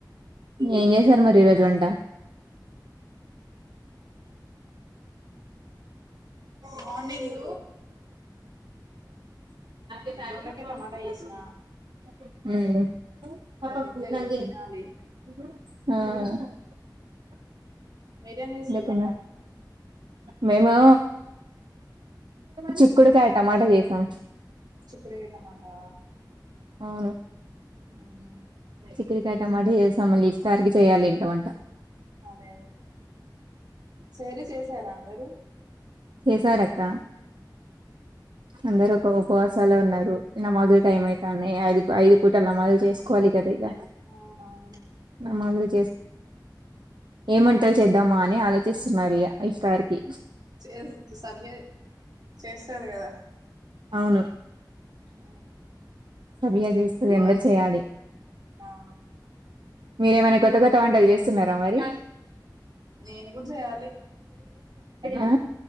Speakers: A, on the right; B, on the right.
A: ఏం చేసారు మరి ఈ రోజు వంట
B: మార్నింగ్
A: మ్
B: దొండకాయ టమాటా చేసిన
A: మ్
B: ఇంకా తినలేదు తినాలి మీరేం చేసిర్రు
A: నే తిన్న
B: వంట
A: నేను చిక్కుడుకాయ టమాటా చేసాం
B: చిక్కుడుకాయ టమాటా
A: అవును
B: ఉహు
A: చిక్కుడు టమాట చేశాం ఇఫ్ సారికి చేయాలి ఇక టమాటా
B: అదే అదే సరి చేసరా మీరు
A: చేసారక్క అందరు ఒక ఉపవాసాలు ఉన్నారు నమాజు టైం అయితది ఐదు ఐదు పూటలు నమాజు చేసుకోవాలి కదా ఇక
B: అవునవును
A: నమాజులు ఏం వంటలు చేద్దామా అని ఆలో చిస్తున్నారుగా ఇష్టారికి
B: చేస్ సభ్య చేస్తది కదా
A: అవును
B: ఆ
A: సభియా చేస్తది అందరు చేయాలి
B: ఆ
A: మీరేమైనా కొత్తగా త్త వంటలు చేస్తున్నారా మరి <unintelligible>
B: నేను కూడా చేయాలి
A: ఆ